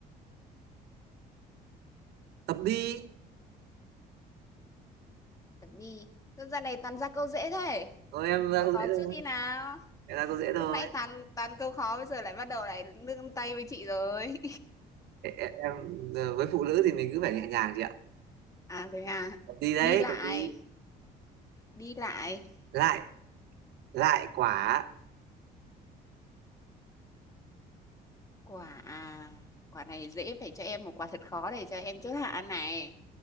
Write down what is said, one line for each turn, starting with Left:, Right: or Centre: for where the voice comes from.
Right: tập đi.
Left: tập đi Sao giờ này toàn ra câu dễ thế
Right: Thôi em
Left: khó
Right: ra câu
Left: khó
Right: dễ
Left: trước
Right: thôi.
Left: đi nào
Right: Em ra câu dễ thôi.
Left: lúc nãy toàn toàn câu khó bây giờ lại bắt đầu lại nương tay với chị rồi
Right: Ê, Em, ờ, với phụ nữ thì mình cứ phải nhẹ nhàng chị ạ.
Left: <laughs> à thế à
Right: Tập đi đấy,
Left: đi lại
Right: tập đi.
Left: đi lại
Right: Lại, lại quả.
Left: quả à, quả này dễ phải cho em một quả thật khó để cho em chốt hạ này